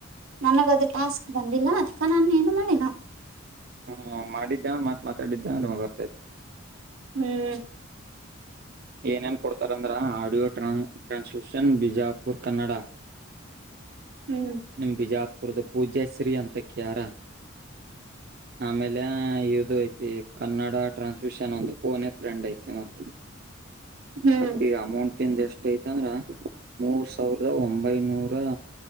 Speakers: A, on the right; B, on the right.
A: ನನಗ ಅದು ಟಾಸ್ಕ್ ಬಂದಿಲ್ಲ ಅದ್ಕ ನಾನ ಏನು ಮಾಡಿಲ್ಲ
B: ಹ್ಮ್ ಮಾಡಿದ್ದ ಮಾತ್ ಮಾತಾಡಿದ್ದ ಬರ್ತಾತಿ
A: ಹ್ಮ್
B: ಏನೇನ್ ಕೊಡ್ತಾರಂದ್ರ ಆಡಿಯೋ ಟ್ರಾನ್ಸ್ಲಿಷನ್ ಬಿಜಾಪುರ್ ಕನ್ನಡ.
A: ಹ್ಮ್
B: ನಿಮ್ಮ ಬಿಜಾಪುರದ. ಪೂಜ್ಯಶ್ರೀ ಅಂತ ಯಾರ ಆಮೇಲೆ ಇದು ಐತಿ ಕನ್ನಡ ಟ್ರಾನ್ಸ್ಮಿಷನ್ ಒಂದು ಪೋನ ಫ್ರೆಂಡ್ ಐತಿ ಮತ್ತ
A: ಹ್ಮ್
B: ಆಕೆಗೆ ಅಮೌಂಟ್ ಎಷ್ಟ ಐತ ಅಂದ್ರ ಮೂರ್ ಸಾವಿರದ ಒಂಬೈನೂರ